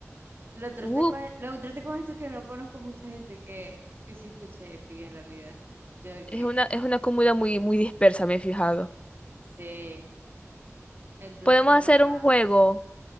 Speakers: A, on the right; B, on the left.
A: Lo traté
B: Uh,
A: con, lo traté con esto que no conozco mucha gente que, que sí escuche Epic en realidad. Yo de que
B: es una, es una comuna muy, muy dispersa, me he fijado.
A: sí. Entonces,
B: Podemos hacer
A: nada.
B: un juego.